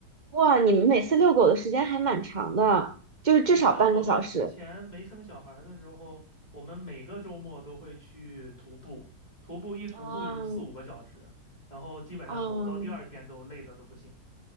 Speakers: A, on the right; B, on the left.
A: 哇，你们每次遛狗的时间还蛮长的，就是至少半个小时。
B: 像我们之前没生小孩儿的时候，我们每个周末都会去徒步，徒步一徒步就是四五个小时，
A: 哦，
B: 然后基本上狗到第二天都累得都不行。
A: 哦，